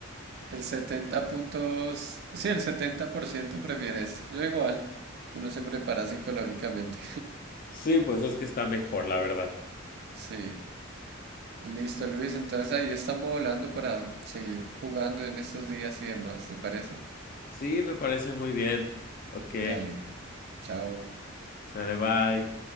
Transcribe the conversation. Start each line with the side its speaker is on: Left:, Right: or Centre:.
Right: El setenta puntos... Sí, el 70% prefiere esto. Yo igual. Uno se prepara psicológicamente.
Left: Sí, pues es que está mejor, la verdad.
Right: Sí. Listo, Luis. Entonces ahí estamos hablando para seguir jugando en estos días y demás. ¿Te parece?
Left: Sí, me parece muy bien. Ok,
Right: Dale. Chao.
Left: sale, bye.